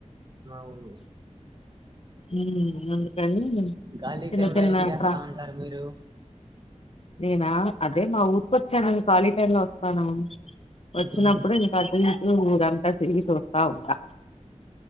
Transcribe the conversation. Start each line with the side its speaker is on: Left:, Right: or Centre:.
Right: అవును
Left: ఉ అందుకని
Right: ఖాళీ
Left: చిన్న
Right: టైమ్‌లో
Left: చిన్న
Right: ఏం చేస్తా
Left: ప్ర
Right: ఉంటారు మీరు?
Left: నేనా అదే మా ఊరికొచ్చానును ఖాళీ టైమ్ లో వస్తాను వచ్చినప్పుడు
Right: హ్మ్.
Left: ఇంకాది ఊరంతా తిరిగి చూస్తా ఉంటా